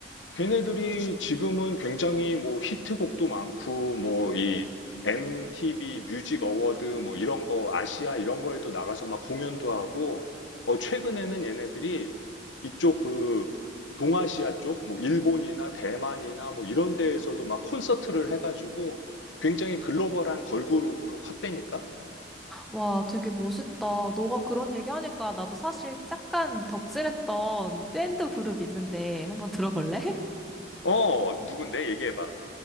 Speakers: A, on the left; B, in the centre.
A: 걔네들이 지금은 굉장히 뭐 히트곡도 많고 뭐 이 MTV 뮤직 어워드 뭐 이런 거 아시아 이런 거에도 나가서 막 공연도 하고 어 최근에는 얘네들이 이쪽 그 동아시아 쪽 뭐 일본이나 대만이나 뭐 이런 데에서도 막 콘서트를 해가지고 굉장히 글로벌한 걸그룹으로 컸다니까?
B: 와, 되게 멋있다. 너가 그런 얘기 하니까 나도 사실 잠깐 덕질했던 밴드 그룹 있는데 한번 들어볼래? <laughs>
A: 어 누군데 얘기해봐.